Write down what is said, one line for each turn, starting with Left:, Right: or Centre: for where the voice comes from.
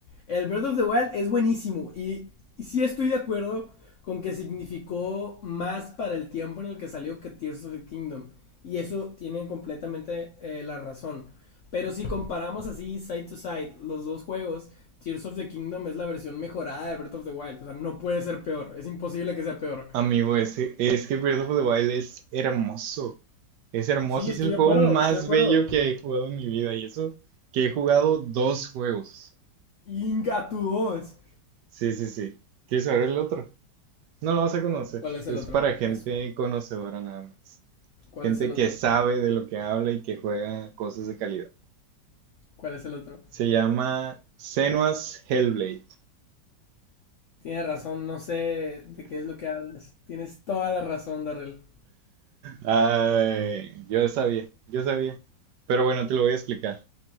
Left: El Breath of the Wild es buenísimo y, y sí estoy de acuerdo con que significó más para el tiempo en el que salió que Tears of the Kingdom. Y eso tienen completamente eh, la razón. Pero si comparamos así side to side los dos juegos, Tears of the Kingdom es la versión mejorada de Breath of the Wild. O sea, no puede ser peor. Es imposible que sea peor.
Right: amigo, es, es que Breath of the Wild es hermoso. Es hermoso,
Left: Sí, estoy
Right: es el
Left: de
Right: juego
Left: acuerdo,
Right: más
Left: estoy de acuerdo.
Right: bello que he jugado en mi vida y eso que he jugado dos juegos.
Left: Inga, tu dos.
Right: Sí, sí, sí. ¿Quieres saber el otro? No lo vas a conocer.
Left: ¿Cuál es
Right: Es
Left: el otro?
Right: para gente
Left: Eso.
Right: conocedora nada más.
Left: ¿Cuál
Right: Gente
Left: es el otro?
Right: que sabe de lo que habla y que juega cosas de calidad.
Left: ¿Cuál es el otro?
Right: Se llama Senua's Hellblade.
Left: Tienes razón, no sé de qué es lo que hablas. Tienes toda la razón, Darrell.
Right: Ay, yo sabía, yo sabía. Pero bueno, te lo voy a explicar.